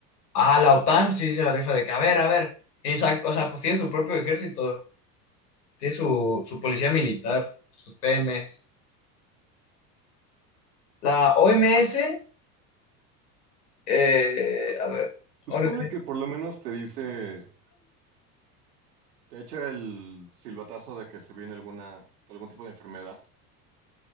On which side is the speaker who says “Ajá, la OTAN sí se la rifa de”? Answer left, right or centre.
Left